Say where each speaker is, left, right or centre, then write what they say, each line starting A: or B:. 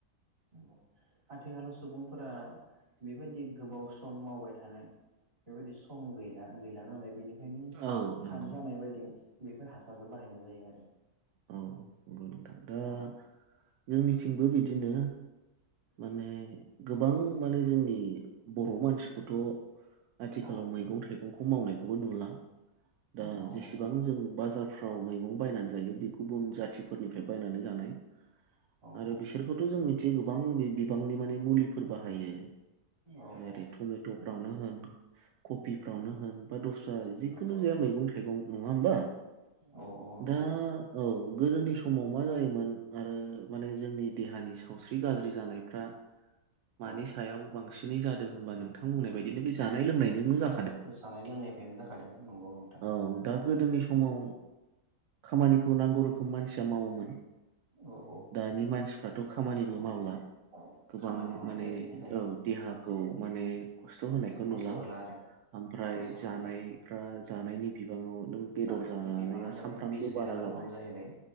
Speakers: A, on the right; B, on the right.
A: नंगौ आथिखालाव सुबुंफोरा बेबायदि गोबाव सम मावबाय थानाय बेबायदि सम गैला गैला नालाय बेनि ओंखायनो
B: औ नंगौ
A: थाब जानाय बायदिं बेफोर हासारखौ बाहायनाय जायो आरो
B: औ नंगौ नोंथां दा
A: औ
B: जोंनिथिंबो बिदिनो माने गोबां माने जोंनि बर' मानसिखौथ' आथिखालाव
A: औ
B: मैगं थाइगं दंखौ मावनायखौबो नुला दा
A: औ औ
B: जेसेबां
A: नंगौ नोंथां
B: जों बाजारफ्राव मै गं बायनानै जायो बे गुबुन जाथिफोरनिफ्राय बायनानै जानाय
A: औ
B: आरो
A: औ
B: बिसोरखौथ' जों मिथियो गोबां बे बिबांनि माने मुलिफोर बाहायो
A: औ
B: जेरै
A: औ
B: टमेट'फ्रावनो
A: नंगौ
B: होन कबिफ्रावनो होन बा दस्रा जिखुनु
A: नंगौ नोंथां
B: जाया मैगं थाइगं नङा होमबा
A: औ औ नोंथां
B: दा औ गोदोनि समाव मा जायोमोन आरो माने जोंनि देहानि सावस्रि गाज्रि जानायफ्रा मानि
A: औ
B: सायाव बांसिनै जादों होनबा नोंथां बुंनाय बायदिनो बे जानाय लोंनाय जोंनो जा
A: जानाय लोंनायफ्रायनो जाखादों नंगौ नोंथां
B: औ दा गोदोनि समाव खामानि खौ नांगौ रोखोम मानसिया मावोमोन
A: औ औ
B: दानि मानसिफ्राथ' खामानिबो
A: औ
B: मावला गोबां
A: खामानि मावना
B: माने
A: ओरैनो थायो
B: ओं देहा खौ माने खस्थ' होनायखौ
A: खस्थ'
B: नुला
A: होला आरो
B: ओमफ्राय
A: खस्थ'
B: जानायफ्रा
A: खालामला
B: जानायनि बिबाङाव नों बेदर
A: जानायनि
B: जानाया
A: बिबाङानो जाबाय
B: सानफ्रामबो
A: बि गोनां
B: बारा जाबाय
A: र खम जाहैबाय